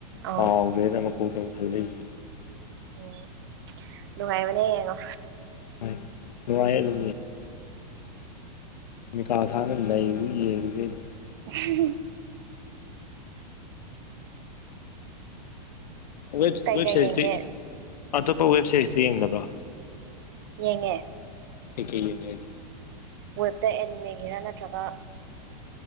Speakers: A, on the right; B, on the left.
A: ꯑꯧ
B: ꯀꯥꯎꯕꯦꯅ ꯃꯀꯣꯛ ꯀ ꯑꯃꯨꯛ ꯈꯜꯂ ꯌꯦ
A: ꯎꯝ ꯅꯨꯡꯉꯥꯏꯕꯅꯦ ꯌꯦꯡꯉꯣ
B: ꯅꯣꯏ ꯅꯨꯡꯉꯥꯏ ꯑꯗꯨ ꯅꯤꯀꯥꯁ ꯁꯥꯅ ꯂꯩ ꯌꯦꯡꯕꯁꯦ
A: ꯑꯍꯍꯍ
B: ꯋꯦꯕ
A: ꯀꯩꯀꯩ
B: ꯁꯔꯤꯁꯇ
A: ꯌꯦꯡꯒꯦ
B: ꯑꯇꯣꯞꯄ ꯋꯦꯕ ꯁꯦꯔꯤꯁꯇ ꯌꯦꯡꯗꯕ꯭ꯔꯥ
A: ꯌꯦꯡꯉꯦ
B: ꯑꯩꯀꯩ ꯌꯦꯅꯦꯗꯤ
A: ꯋꯦꯞꯇ ꯑꯦꯅꯤꯃꯦꯒꯤꯔ ꯅꯠꯇ꯭ꯔꯒ